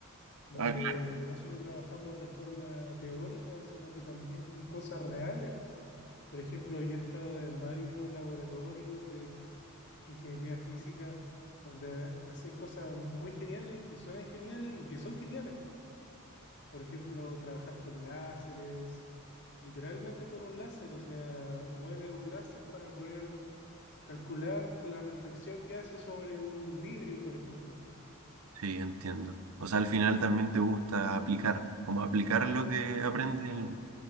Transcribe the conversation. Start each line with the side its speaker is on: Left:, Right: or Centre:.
Left: donde
Right: Ah,
Left: no solo trabajamos de forma teórica, sino que también con cosas reales. Por ejemplo, yo he estado en varios laboratorios de ingeniería física donde hacen cosas muy geniales, que suenan geniales y que son geniales. Por ejemplo, trabajar con láseres, literalmente con un láser, o sea, mueve un láser para poder calcular la reflexión que hace sobre un vidrio, por ejemplo.
Right: Sí, entiendo. O sea, al final también te gusta aplicar, como aplicar lo que aprendes en,